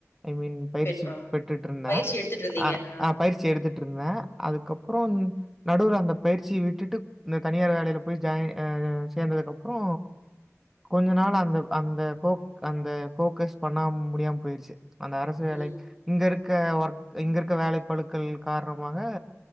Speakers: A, in the centre; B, on the left (about 50°).
A: ஐ மீன் பயிற்சி
B: பெண் ஆ
A: பெட்டுட்டு இருந்தே
B: பயிற்சி எடுத்துட்டு இருந்தீங்க
A: அ
B: ஆ
A: அ பயிற்சி எடுத்து இருந்த அதுக்கப்புறோ நடுவுர் அந்த பயிற்சிய விட்டுட்டு இந்த தனியார் வேலயில போய் ஜாய் சேந்ததுக்கு அப்புறோ கொஞ்ச நாள் அந்த அந்த அந்த போக்கஸ் பண்ண முடியாம போயிருச்சு அந்த அரசு வேலைக்
B: ம்
A: இங்க இருக் ஒர்க இங்க இருக்க வேலை பழுக்கள் கார்ணமாக